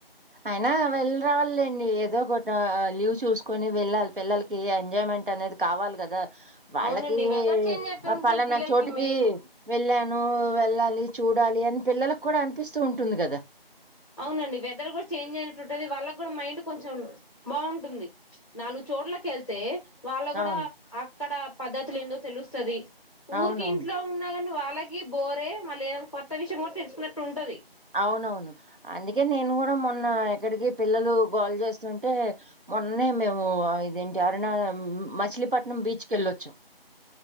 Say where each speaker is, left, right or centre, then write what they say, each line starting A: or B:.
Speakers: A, on the right; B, on the left.
A: అయినా వెళ్ళి రావాలేండి ఏదో కొట లీవ్ చూసుకుని వెళ్ళాలి, పిల్లలకి ఎంజాయ్ మెంట్ అనేది కావాలి కదా, వాళ్ళకి
B: అవునండి వెదర్ చేంజ్ ఎట్లుంటది
A: పలానా
B: పిల్లలకి
A: చోటికి
B: మెయిన్
A: వెళ్ళా ను వెళ్ళాలి చూడాలి అని పిల్లలకు కూడా అనిపిస్ స్తుంటుంది కదా
B: అవునండి వెదర్ కూడా చేంజ్ అయినట్టుంటది వాళ్ళక్ కూడా మైండ్ కొంచెం బాగుంటుంది నాలుగు చోట్లకు వెళ్తే వాళ్ళ కూడా
A: అవును.
B: అక్కడ పద్ధతులు ఏందో తెలుస్తది
A: అవునవును.
B: ఊరికి ఇంట్లో ఉన్నగాన్ వాళ్ళకి బోరే మళ్ళీ ఏదైనా కొత్త విషయం కూడా తెలుసుకున్నట్టు ఉంటది
A: అవును అవును అందుకే నేను కూడా మొన్న ఎక్కడికి పిల్లలు గోల్ జేస్తుంటే మొన్నే మేము ఆ ఇదేంటి అరుణ మచిలీపట్నం బీచ్కి వెళ్ళొచ్చాం.